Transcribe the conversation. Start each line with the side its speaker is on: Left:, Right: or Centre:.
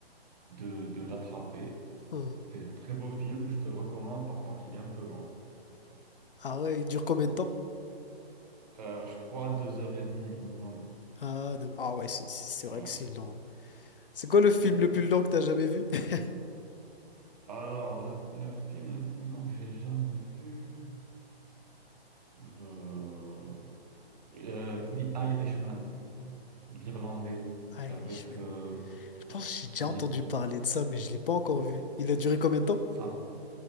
Right: de, de l'attraper.
Left: Hmm.
Right: C'est un très beau film, je te le recommande. Par contre, il est un peu lent.
Left: Ah ouais, il dure combien de temps?
Right: Euh, je crois deux heures et demie minimum.
Left: Ah, donc- ah ouais, c'est c'est vrai
Right: Ouais.
Left: que c'est long. C'est quoi le film
Right: Ouais.
Left: le plus long que t'as jamais vu? <laughs>
Right: Alors, le, le film le plus long que j'ai jamais vu, euh, euh, The Irishman, l'Irlandais.
Left: Irishman.
Right: C'est avec, euh,
Left: Je pense que j'ai déjà
Right: oui,
Left: entendu parler de ça, mais je l'ai pas encore vu. Il
Right: ça,
Left: a duré combien de temps?
Right: ça